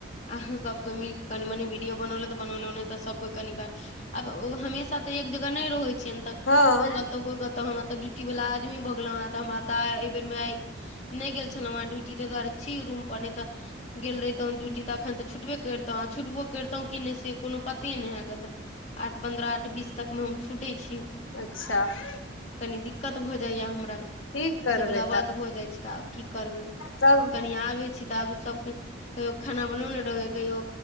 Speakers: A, on the left (about 35°); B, on the left (about 85°).
A: अहां सब को मिल कनि मनी बनोलत बनोलत सब क आब ओ हमेशा तऽ एक जगह नहि रहै त
B: हँ
A: कोई कहतौ कोई कहतहु हमरा तऽ ड्यूटी वाल आदमी बगलो ह त हमरा त बेर मे आइ नहि गेल छलौँ हे ड्यूटी ता दुआरे छी रू पर नहि तऽ गेल रहितौं ड्यूटी तऽ अखन तऽ छूटबे करतहुँ आ छूटबो करितहुँ कि नहि से कोनो पते नहि है तऽ आठ पन्द्रह आठ बीस तक मे हम छूटे छी
B: अच्छा
A: कनि दिक दिक्कत भऽ जाइया हमरा तऽ
B: की करबै
A: सेवला बात भऽ जाइ छै तऽ आब की करबै
B: सब
A: कनि आबै छी तऽ आब सभके कहियो खाना बनौने रहै कहियो